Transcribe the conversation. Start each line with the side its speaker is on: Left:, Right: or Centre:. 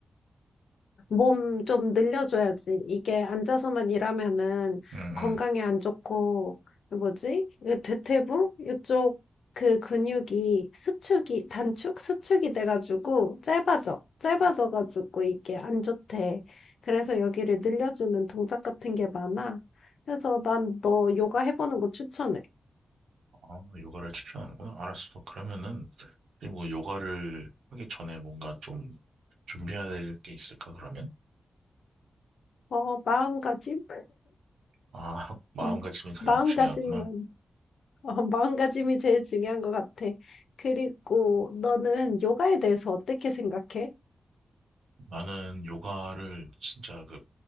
Left: 몸 좀 늘려줘야지. 이게 앉아서만 일하면은
Right: 응, 응.
Left: 건강에 안 좋고, 뭐지? 이 대퇴부? 이쪽 그 근육이 수축이, 단축? 수축이 돼가지고 짧아져. 짧아져가지고 이게 안 좋대. 그래서 여기를 늘려주는 동작 같은 게 많아. 그래서 난 너 요가 해보는 거 추천해.
Right: 아, 요가를 추천하는구나. 알았어. 그러면은, 그리고 요가를 하기 전에 뭔가 좀 준비해야 될 게 있을까, 그러면?
Left: 어, 마음가짐?
Right: 아, <laughs> 마음가짐이
Left: <laughs>
Right: 가장
Left: 마음가짐만.
Right: 중요하구나.
Left: 어, <laughs> 마음가짐이 제일 중요한 것 같아. 그리고 너는 요가에 대해서 어떻게 생각해?
Right: 나는 요가를 진짜 그